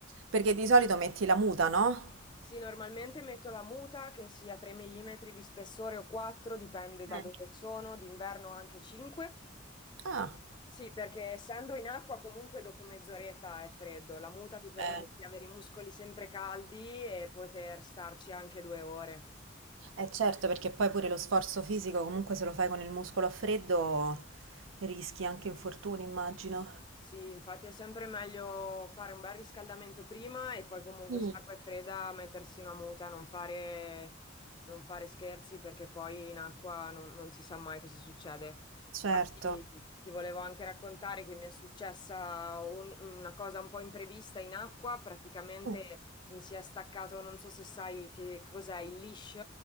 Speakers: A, on the right; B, on the left.
A: perché di solito metti la muta, no?
B: Sì, normalmente metto la muta che sia 3 mm di spessore o 4, dipende da
A: Mm.
B: dove sono, d'inverno anche 5.
A: Ah,
B: Sì, perché essendo in acqua comunque dopo mezz'oretta è freddo. La muta ti permette
A: eh,
B: di avere i muscoli sempre caldi e poter starci anche due ore.
A: eh, certo, perché poi pure lo sforzo fisico, comunque se lo fai con il muscolo a freddo, rischi anche infortuni, immagino.
B: Sì, infatti è sempre meglio fare un bel riscaldamento prima e poi comunque
A: Mm.
B: se l'acqua è fredda mettersi una muta, non fare, non fare scherzi perché poi in acqua non, non si sa mai cosa succede.
A: Certo.
B: Infatti ti volevo anche raccontare che mi è successa un- una cosa un po' imprevista in acqua, praticamente
A: Mm.
B: mi si è staccato, non so se sai che cos'è il leash,